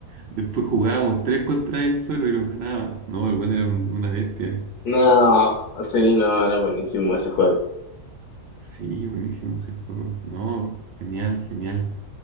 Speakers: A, on the right (about 80°); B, on the left (about 70°).
A: Después jugábamos tres contra él solo y nos ganaba. No, el buen era un- una bestia.
B: No, sí, no, era buenísimo ese juego.
A: Sí, buenísimo ese juego. No, genial, genial.